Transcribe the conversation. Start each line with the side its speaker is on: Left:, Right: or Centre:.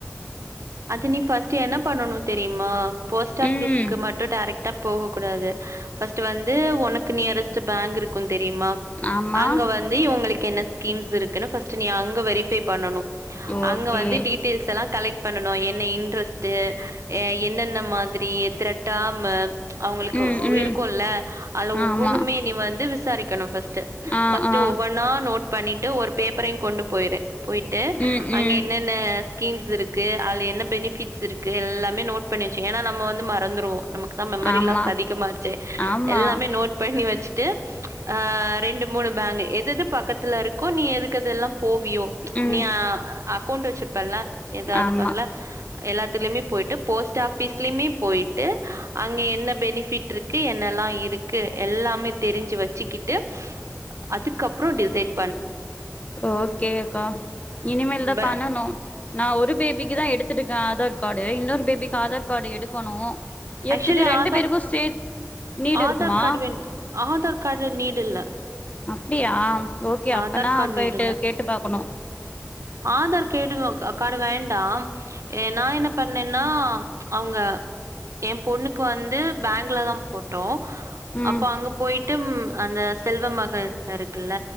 Right: அது நீ ஃப்ர்ஸ்ட் என்ன பண்ணணு தெரியுமா போஸ்ட் ஆஃபிஸுக்கு
Left: ம்
Right: மட்டு டைரக்ட் ட போ கூடாது ஃபர்ஸ்ட் வந்து உனக்கு நியரஸ்ட்டு பேங்க் இருக்கு தெரியுமா
Left: ஆமா
Right: அங்க வந்து இவங்களுக்கு என்ன ஸ்கீம்ஸ் இருக்குனு ஃபர்ஸ்ட் நீ அங்க வெரிஃபை பண்ணனு
Left: ஓகே
Right: அங்க வந்து டீடெயில்ஸ் எல்லா கலெக்ட் பண்ணனு என்ன இன்ட்ரெஸ்ட் அ என்னென்ன மாதிரி எத்தன டெர்ம்மு அவங்களுக்கு
Left: ம்
Right: உ
Left: ம்
Right: இருக்குல அதுல ஒவ்வொண்ணுமே
Left: ஆமா
Right: நீ வந்து விசாரிக்கணு ஃபர்ஸ்ட்
Left: ஆ
Right: ஃபர்ஸ்ட்
Left: ஆ
Right: ஒவ்வொன்னா நோட் பண்ணிட்டு ஒரு பேப்பரையு கொண்டு போயிரு போயிட்டு
Left: ம்
Right: அங்க
Left: ம்
Right: என்னென்ன ஸ்கீம்ஸ் இருக் கு அதுல என்ன பெனிபிட்ஸ் இருக்கு எல்லாமே நோட் பண்ணி வச்ச ஏன்னா நம்ம வந்து மறந்துருவோ நமக் நாமக்கு தா மெமரி
Left: ஆமா
Right: லாஸ் அதிகமாச்சே
Left: ஆமா
Right: எல்லாமே நோட் பண்ணி வச்சுட்டு ஹ ரெண்ட் மூணு பேங்க எது எது பக்கத்துல இருக் கோ நீ எதுக்கு எதால்லா போவியோ
Left: ம்
Right: நீ அப் அக்கவுண்ட் வச்சுப்பல எதாவது
Left: ஆமா
Right: பேங்க்ல எல்லாத்துலயுமே போயிட்டு போஸ்ட் ஆபிஸ் <unintelligible> போய் ட்டு அங்க என்ன பெனிஃபிட் ஃபிட் இருக்கு என் என்னால இருக்கு எல்லாமே தெரிஞ்சு வச்சுக்கிட்டு அதுக்கப்புற டிசைடு
Left: ஓகே அக்கா இனிமெல்தா
Right: ப
Left: பண்ணனு நான் ஒரு பேபிக்கு தா எடுத்துற்க ஆதார் கார்டு இன்னொரு பேபிக்கு ஆதார் கார்டு எடுக்கணு எடுத்துட்டு
Right: ஆக்சுவலி
Left: ரெண்டு
Right: ஆதார்க்
Left: பேருக்கு சேத் நீடு
Right: ஆதார்
Left: இருக்குமா
Right: கார்டு வேணு ஆதார் கார்டு நீடு இல்ல
Left: அப்டியா ஓகே அப்பனா
Right: ஆதார் கார்டு
Left: போயிட்டு
Right: நீடுல
Left: கேட்டு பாக்கணு
Right: ஆதார் <unintelligible> கார்டு வேண்டா நா என்ன பண்ணேன் ன அவங்க என் பொண்ணுக்கு வந்து பேங்க்ல தா போட்டோ
Left: ம்
Right: அப்போ அங்க போயிட்டு ம் அந்த செல்வ மகள் இருக்குல்ல